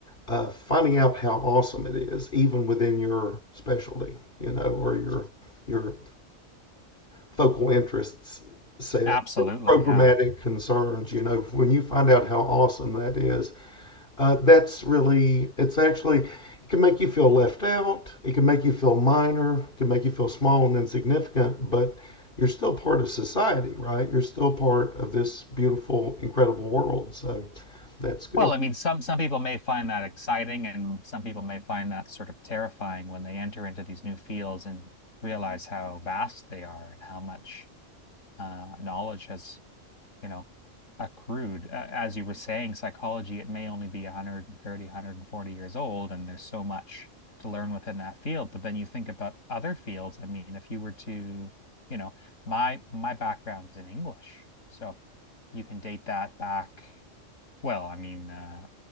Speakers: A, on the left; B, on the left.
A: uh, finding out how awesome it is, even within your specialty, you know, or your your focal interests set,
B: absolutely,
A: your programmatic
B: yeah.
A: concerns. You know, when you find out how awesome that is, uh, that's really it's actually it can make you feel left out. It can make you feel minor. It can make you feel small and insignificant, but you're still part of society, right? You're still part of this beautiful, incredible world. So that's good.
B: Well, I mean, some some people may find that exciting, and some people may find that sort of terrifying when they enter into these new fields and realize how vast they are and how much uh, knowledge has you know, accrued. As you were saying, psychology, it may only be 130, 140 years old, and there's so much to learn within that field. But then you think about other fields. I mean, if you were to, you know, my my background's in English, so you can date that back. Well, I mean, uh,